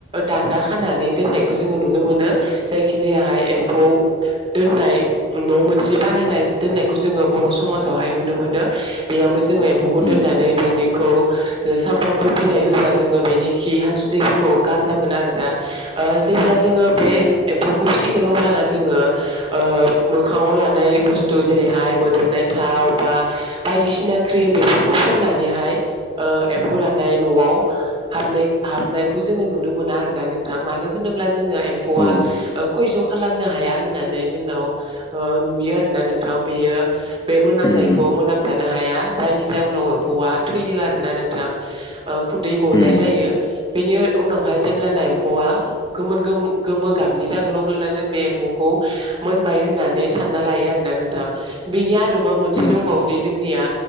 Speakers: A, on the right (about 25°); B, on the left (about 15°).
A: दान्दा खानानै दोननायखौ जोङो नुनो मोनो जाय खिजाया एम्फौ दोननाय न' मोनसे बानायनाय दोननायखौ जोङो बर' समाजावहाय नुनो मोनो बेयावनो जोङो एम्फौखौ दोननानै
B: उम
A: बेनिखौ सानफ्रामबो बिलाइ होब्ला जोङो बेनिखि हासुदैफोरखौ गारनांगोन आरोना ओ जेब्ला जोङो बे
B: औ
A: एम्फौखौ फिसिगोन अब्लाना जोङो ओ मोखाङाव लानाय बुस्थु जेरैहाय मोदोमनाय थाव बा बायदिसिना क्रिम बेफोरखौ फनानैहाय ओ एम्फौ लानाय न'आव हाबनाय हाबनायखौ जोङो नुनो मोना आरोना नोंथां मानो होनोब्ला जोङो एम्फौआ
B: औ उम
A: खय ज' खालामनो हाया होननानै नै जोंनाव ओ नुयो आरो ना नोंथां बेयो बे मोनामनायखौ
B: उम
A: मोनामजानो हाया जायनि जाहनाव एम्फौआ थैयो आरोना नोंथां खुदै गनाय
B: उम
A: जायो बेनि उनावहाय जेब्लाना एम्फौआ गोमोन गो गोमो गाबनि जागोन अब्लाना जों बे एम्फौखौ मोनबाय होननानै सानना लायो आरोना नोंथां बेनि आ दबा मोनसे
B: उम
A: दंबावोदि जोंनिया